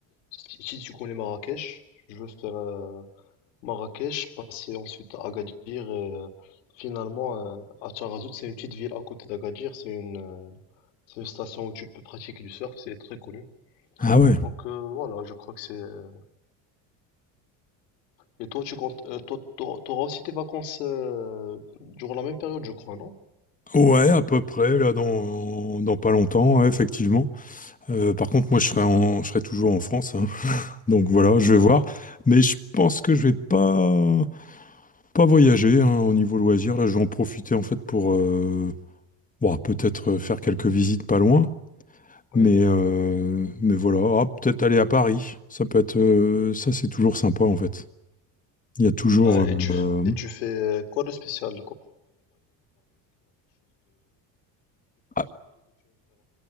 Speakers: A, on the left; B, on the left.
A: si, si tu connais Marrakech, je veux faire, euh, Marrakech, passé ensuite à Agadir et euh, finalement euh, à Tarazout, c'est une petite ville à côté d'Agadir, c'est une, euh, c'est une station où tu peux pratiquer du surf, c'est très connu.
B: Ah ouais.
A: Donc euh, voilà, je crois que c'est... euh, Et toi, tu comptes, euh, toi, t'auras t'auras aussi tes vacances euh, durant la même période, je crois, non?
B: Ouais, à peu près, là, dans, dans pas longtemps, ouais, effectivement. Euh, par contre, moi, je serai en, je serai toujours en France, hein. donc voilà, je vais
A: D'accord.
B: voir. Mais je pense que je vais pas, pas voyager, hein, au niveau loisir. Là, je vais en profiter, en fait, pour, euh, bon, peut-être euh, faire quelques visites pas loin,
A: Oui.
B: Mais, euh, mais voilà, Ah, peut-être aller à Paris, ça peut être, euh, ça c'est toujours sympa en fait. Il y a toujours,
A: Ah,
B: euh,
A: et tu, f- et tu fais euh, quoi de spécial
B: ah,